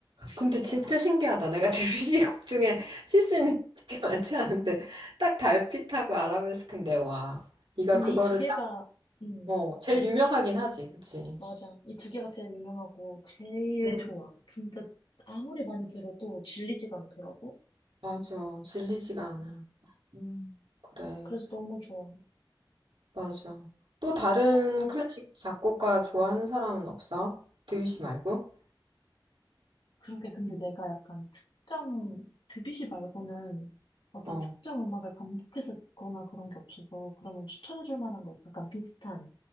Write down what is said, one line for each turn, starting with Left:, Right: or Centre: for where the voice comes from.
Right: 근데 진짜 신기하다. 내가 <laughs> 드뷔시 곡 중에 칠 수 있는 게 많지 않은데 딱 달빛하고 아라베스크인데 와. 네가
Left: 근데
Right: 그거를
Left: 이 두 개가, 음,
Right: 어, 제일 유명하긴 하지, 그치?
Left: 맞아. 이 두 개가 제일 유명하고, 제일
Right: 음.
Left: 좋아. 진짜, 아무리 많이 들어도 질리지가 않더라고.
Right: 맞아. 질리지가 않아.
Left: 음,
Right: 음, 그래.
Left: 그래서 너무 좋아.
Right: 맞아. 또 다른
Left: 어?
Right: 클래식 작곡가 좋아하는 사람은 없어? 드뷔시 말고?
Left: 그러게, 근데 내가 약간 특정, 드뷔시 말고는 어떤
Right: 어,
Left: 특정 음악을 반복해서 듣거나 그런 게 없어서, 그러면 추천해줄 만한 거 있어? 약간 비슷한